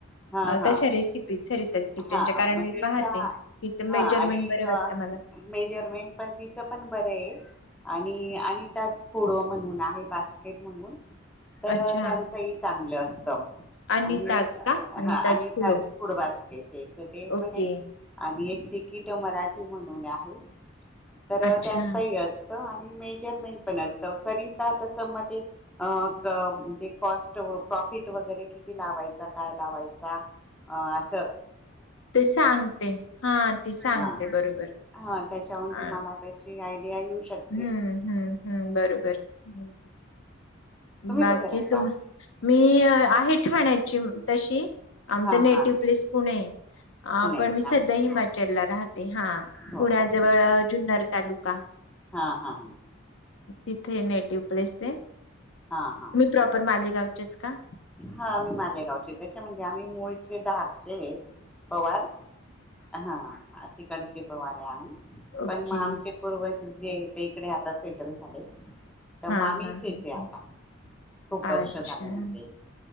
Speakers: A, in the centre; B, on the left.
A: हा
B: अ
A: हा
B: तशा रेसिपी सरीताज किचनच्या
A: हा
B: कारण
A: मग
B: मी
A: तिच्या
B: पाहते तिचं
A: हा
B: मेजरमेंट
A: आणि
B: बरं वाटतं मला
A: मेजरमेंट पण तिचं पण बरं आहे आणि आणि त्याच पुढं म्हणून आहे बास्केट म्हणून तर
B: अच्छा
A: त्यांचही चांगलं असतं
B: अनिताज
A: आणि
B: का अनिताज
A: हा आणि
B: फुलो
A: त्याच फूड बास्केट ते ते
B: ओके
A: पण एक आणि एक तिकीटं मराठी म्हणून आहे तर
B: अच्छा,
A: त्यांचं ही असं आणि मेजरमेंट पण असतं सरिता तसं म ते अ म्हणजे कॉस्ट प्रॉफिट वगैरे किती लावायचा काय लावायचा अं असं?
B: ते सांगते हां ती सांगते
A: हां,
B: बरोबर.
A: हा त्याच्याहून
B: अ,
A: तुम्हाला त्याची आयडिया येऊ शकते.
B: हं, हं, हं, बरोबर. हं,
A: तुम्ही
B: बाकी
A: कुठे राहता?
B: तुम मी आहे ठाण्याची तशी, आमचं
A: हा
B: नेटिव
A: हा
B: प्लेस पुणे. अं,
A: पुणे
B: पण मी सध्या
A: का
B: हिमाचल
A: हा
B: ला राहते हा
A: हो
B: पुण्याजवळ
A: का
B: जुन्नर तालुका.
A: हां हा..
B: तिथे नेटिव प्लेस ते
A: हा हा.
B: प्रॉपर मालेगाव चेच का
A: हां, मी मालेगावची त्याच्या म्हणजे आम्ही मुळचे धारचे हे पवार? हां तिकडचे पवार आहे आम्ही
B: ओके.
A: पण मग आमचे... पूर्वज जे आहे ते इकडे आता सेटल झाले. तर
B: हां,
A: मामी
B: हां,
A: इथेच
B: हां,
A: हे आता
B: हां.
A: खूप वर्ष
B: अच्छा,
A: झाले म्हणजे